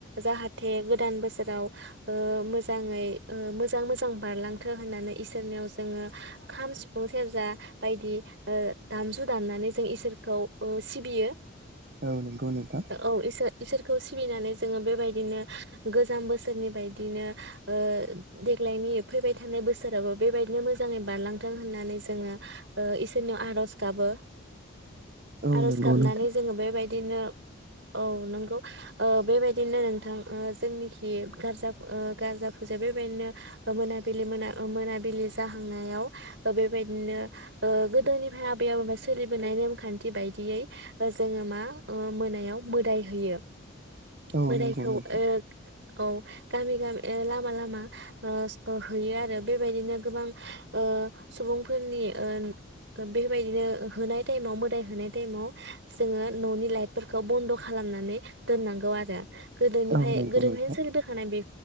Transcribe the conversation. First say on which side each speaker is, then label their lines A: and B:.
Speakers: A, on the right (about 65°); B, on the right (about 50°).
A: जाहाथे गोदान बोसोराव ओ मोजाङै मोजां मोजां बारलांथो होननानै इसोरनियाव जोङो खाम सिफुं सेरजा बायदि ओ दामजु दामनानै जों इसोरखौ ओ सिबियो
B: औ नंगौ नोंथां
A: औ इसोर इसोरखौ सिबिनानै जोङो बेबायदिनो गोजाम बोसोरनि बायदिनो ओ देग्लायनि फैबाय थानाय बोसोराबो बेबायदिनो मोजाङै बारलांथों होननानै जोङो ओ इसोरनियाव आरज गाबो
B: औ
A: आरज
B: नंगौ
A: गाबनानै
B: नोंथां
A: जोङो बेबायदिनो औ नंगौ ओ बेबायदिनो नोंथां जोंनिखि गारजा ओ गारजा फुजाया बेबायदिनो मोनाबिलि मोना मोनाबिलि जाहांनायाव बेबायदिनो ओ गोदोनिफ्राय आबै आबौनिफाय सोलिबोनाय नेमखान्थि बायदियै जोङो मा मोनायाव मोदाय होयो
B: औ
A: मोदायखौ
B: नंगौ
A: ओ
B: नोंथां
A: औ गामि गामि लामा लामा ओ हैयो आरो बेबायदिनो गोबां ओ सुबुंफोरनि ओ बेबायदिनो होनाय टाइमाव मोदाय होनाय टाइमाव जोङो ननि लाइटफोरखौ बन्द खालामनानै दोननांगौ आरो गोदोनिफ्राय
B: औ नंगौ
A: गोदोनिफ्रायनो
B: नोंथां
A: सोलिबोखानाय बे